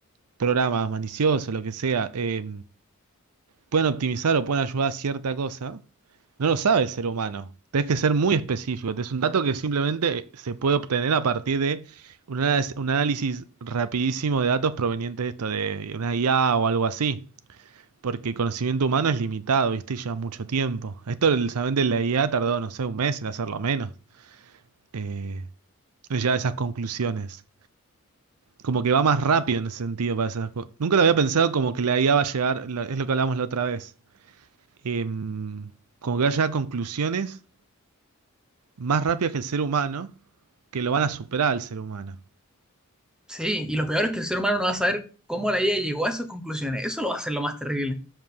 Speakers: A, on the right; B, in the centre.
A: programas maliciosos, lo que sea, eh, pueden optimizar o pueden ayudar a cierta cosa, no lo sabe el ser humano. Tenés que ser muy específico. Es un dato que simplemente se puede obtener a partir de un análisis, un análisis rapidísimo de datos provenientes de esto, de una IA o algo así. Porque el conocimiento humano es limitado, ¿viste? Y lleva mucho tiempo. Esto solamente la IA tardó, no sé, un mes en hacerlo menos. Eh, ya esas conclusiones. Como que va más rápido en ese sentido para esas co- Nunca lo había pensado como que la IA va a llegar, lo- es lo que hablamos la otra vez em, como que haya conclusiones más rápidas que el ser humano, que lo van a superar al ser humano.
B: Sí, y lo peor es que el ser humano no va a saber cómo la IA llegó a esas conclusiones. Eso lo va a hacer lo más terrible.